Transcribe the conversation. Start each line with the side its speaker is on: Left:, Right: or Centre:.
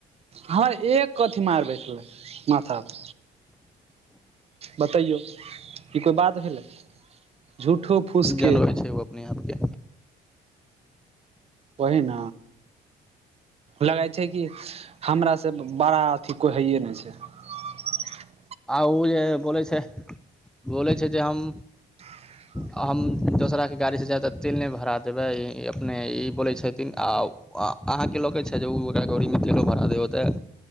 Right: हँ एक कथी मारबै छलै माथप बतैयौ ई कोई बात भेलै झूठो फूसके
Centre: जनबै छै ओ अपने आपके
Right: ओहिन लगाय छै कि हमरासँ बड़ा अथि कोई हाइए नै छैय ह <inaudible>
Centre: आ ओ जे बोलै छै बोलै छै जे हम
Right: ह <inaudible>
Centre: हम दोसराके गाड़ीसँ जैदा तेल नै भरा देबाय अपने ई बोलै छथिन आओ उ आ अहाँके लगै छै जे ओ ओकरा गौड़ीमे तेलो भरा दै ओतै